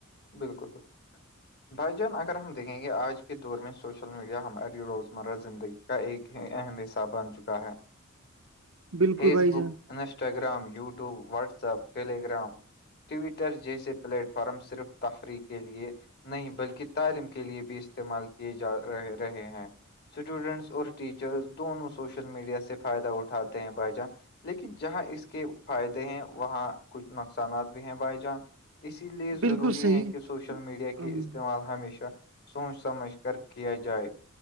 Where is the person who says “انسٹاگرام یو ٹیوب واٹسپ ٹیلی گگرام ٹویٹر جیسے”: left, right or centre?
Left